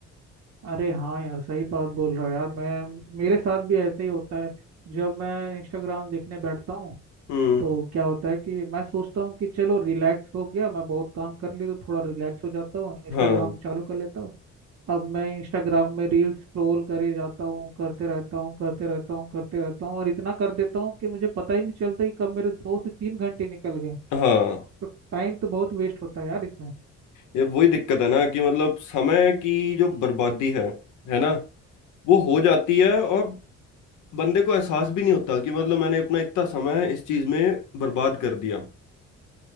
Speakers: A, on the right (about 55°); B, on the left (about 75°).
A: अरे हाँ यार सही बात बोल रहा हो यार मैं मेरे साथ भी ऐसा ही होता है जब मैं इंस्टाग्राम देखने बैठता हूँ
B: हम्म
A: तो क्या होता है कि मैं सोचता हूँ कि चलो रिलैक्स हो गया मैं बहुत काम कर लिया तो थोड़ा रिलैक्स हो जाता हूँ इंस्टाग्राम
B: हाँ
A: चालू कर लेता हूँ अब मैं इंस्टाग्राम में रील्स स्क्रॉल करे जाता हूँ करते रहता हूँ करते रहता हूँ करते रहता हूँ और इतना कर देता हूँ कि मुझे पता ही नहीं चलता कि कब मेरे दो से तीन घंटे निकल गए
B: हाँ
A: तो टाइम तो बहुत वेस्ट होता है यार इसमें
B: यार वही दिक्कत है ना कि मतलब समय की जो बर्बादी है है ना वो हो जाती है और बंदे को एहसास भी नहीं होता कि मतलब मैंने अपना इतना समय इस चीज में बर्बाद कर दिया